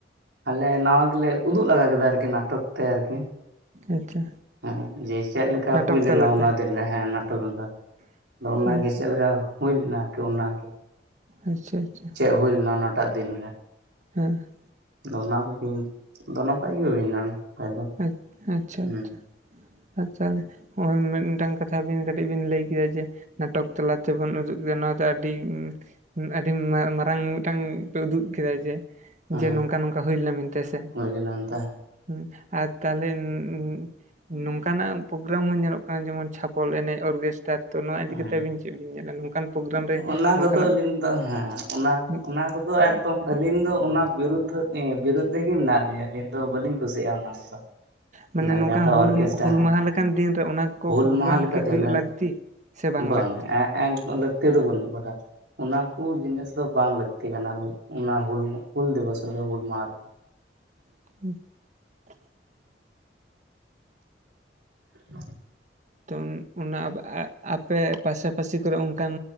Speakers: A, on the right; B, on the right.
A: ᱟᱞᱮ ᱱᱟᱣᱟ ᱜᱮᱞᱮ ᱩᱫᱩᱜ ᱞᱟᱜᱟ ᱠᱮᱫᱟ ᱟᱨ ᱠᱤ ᱱᱟᱴᱚᱠ ᱛᱮ ᱟᱨ ᱠᱤ
B: ᱟᱪᱪᱷᱟ
A: ᱦᱮᱸ ᱡᱮ ᱪᱮᱫ ᱞᱮᱠᱟ
B: ᱱᱟᱴᱚᱠ
A: ᱦᱩᱭ ᱞᱮᱱᱟ
B: ᱛᱟᱞᱟᱛᱮ
A: ᱚᱱᱟ ᱫᱤᱱ ᱨᱮ ᱦᱮᱸ ᱱᱟᱴᱚᱠ ᱞᱮᱫᱟ ᱟᱫᱚ ᱚᱱᱟᱜᱮ
B: ᱟᱪᱪᱷᱟ
A: ᱪᱮᱫ ᱞᱮᱠᱟ ᱦᱩᱭ ᱞᱮᱱᱟ ᱟᱨᱠᱤ ᱚᱱᱟᱜᱮ
B: ᱟᱪᱪᱷᱟ ᱟᱪᱪᱷᱟ
A: ᱪᱮᱫ ᱦᱩᱭ ᱞᱮᱱᱟ ᱚᱱᱟᱴᱟᱜ ᱫᱤᱱ ᱨᱮ
B: ᱦᱮᱸ <unintelligible>
A: ᱟᱫᱚ ᱚᱱᱟ ᱠᱚᱜᱮᱢ ᱟᱫᱚ ᱱᱟᱯᱟᱭ ᱜᱮ ᱦᱩᱭᱱᱟ ᱫᱚ
B: ᱟᱪ ᱟᱪᱪᱷᱟ
A: ᱦᱮᱸ
B: ᱟᱪᱪᱷᱟ ᱟᱪ ᱪᱟᱦᱞᱮ ᱱᱚᱜᱼᱚᱭ ᱢᱤᱫᱴᱟᱝ ᱠᱟᱛᱷᱟ ᱵᱤᱱ ᱠᱟᱹᱴᱤᱡ ᱵᱤᱱ ᱞᱟᱹᱭ ᱠᱮᱫᱟ ᱡᱮ ᱱᱟᱴᱚᱠ ᱛᱟᱞᱟ ᱛᱮ ᱵᱚᱱ ᱩᱫᱩᱜ ᱠᱮᱫᱟ ᱱᱚᱣᱟ ᱫᱚ ᱟᱹᱰᱤ ᱟᱹᱰᱤ ᱢᱟ ᱢᱟᱨᱟᱝ ᱢᱤᱫᱴᱟᱝ ᱯᱮ ᱩᱫᱩᱜ ᱠᱮᱫᱟ ᱡᱮ
A: ᱦᱮᱸ
B: ᱡᱮ ᱱᱚᱝᱠᱟ ᱱᱚᱝᱠᱟ ᱦᱩᱭ ᱞᱮᱱᱟ ᱢᱮᱱᱛᱮ ᱥᱮ
A: ᱦᱩᱭ ᱞᱮᱱᱟ ᱚᱱᱛᱮ
B: ᱦᱩᱸ ᱟᱨ ᱛᱟᱦᱚᱞᱮ <unintelligible> ᱱᱚᱝᱠᱟ ᱱᱟᱜ ᱯᱨᱳᱜᱨᱟᱢ ᱦᱚᱸ ᱧᱮᱞᱚᱜ ᱠᱟᱱᱟ ᱡᱮᱢᱚᱱ ᱪᱷᱟᱯᱚᱞ ᱮᱱᱮᱡ ᱚᱨᱜᱮᱥᱴᱟᱨ ᱛᱚ ᱱᱚᱣᱟ
A: ᱦᱮᱸ
B: ᱤᱫᱤ ᱠᱟᱛᱮ ᱟᱹᱵᱤᱱ ᱪᱮᱫ ᱵᱤᱱ ᱧᱮᱞᱟ ᱱᱚᱝᱠᱟᱱ ᱯᱨᱳᱜᱨᱟᱢ ᱨᱮ
A: ᱚᱱᱟ
B: ᱱᱚᱝᱠᱟ
A: ᱠᱚᱫᱚ
B: ᱱᱟᱜ
A: ᱟᱹᱞᱤᱧ ᱫᱚ ᱦᱮᱸ ᱚᱱᱟ
B: <unintelligible>
A: ᱚᱱᱟ ᱠᱚᱫᱚ ᱮᱠᱫᱚᱢ ᱟᱹᱞᱤᱧ ᱫᱚ ᱚᱱᱟ ᱵᱤᱨᱩᱫᱽᱫᱷᱚ ᱮᱸ ᱵᱤᱨᱩᱫᱽᱫᱷᱮ ᱢᱮᱱᱟᱜ ᱞᱤᱧᱟᱹ ᱟᱹᱞᱤᱧ ᱫᱚ ᱵᱟᱹᱞᱤᱧ ᱠᱩᱥᱤᱭᱟᱜᱼᱟ ᱚᱱᱟ ᱠᱚᱫᱚ
B: ᱢᱟᱱᱮ
A: ᱚᱱᱟ
B: ᱱᱚᱝᱠᱟᱱ
A: ᱡᱟᱦᱟᱸᱴᱟᱜ
B: ᱦᱩᱞ
A: ᱚᱨᱠᱮᱥᱴᱟᱨ
B: ᱦᱩᱞ
A: ᱦᱮᱸ
B: ᱢᱟᱦᱟ ᱞᱮᱠᱟᱱ ᱫᱤᱱ ᱨᱮ ᱚᱱᱟ ᱠᱚ
A: ᱦᱩᱞ
B: ᱯᱨᱳᱜᱨᱟᱢ
A: ᱢᱟᱦᱟ ᱞᱮᱠᱟ
B: ᱠᱤ ᱦᱩᱭᱩᱜ
A: ᱫᱤᱱ ᱨᱮ
B: ᱞᱟᱹᱠᱛᱤ ᱥᱮ
A: ᱵᱟᱝ
B: ᱞᱟᱹᱠᱛᱤ
A: ᱮᱸᱻᱮᱸᱻ ᱞᱟᱹᱠᱛᱤ ᱫᱚ ᱵᱟᱹᱱᱩᱜ ᱟᱠᱟᱫᱟ ᱚᱱᱟ ᱠᱚ ᱡᱤᱱᱤᱥ ᱫᱚ ᱵᱟᱝ ᱞᱟᱹᱠᱛᱤ ᱠᱟᱱᱟ ᱚᱱᱟ ᱦᱩᱞ ᱢᱩ ᱦᱩᱞ ᱫᱤᱣᱟᱹᱥ ᱨᱮ ᱫᱚ ᱦᱩᱞ ᱢᱟᱦᱟ ᱨᱮᱫᱚ
B: <unintelligible>
A: <unintelligible>
B: ᱛᱚ ᱚᱱᱟ <unintelligible> ᱟᱯᱮ ᱯᱟᱥᱟᱯᱟᱥᱤ ᱠᱚᱨᱮ ᱚᱱᱠᱟᱱ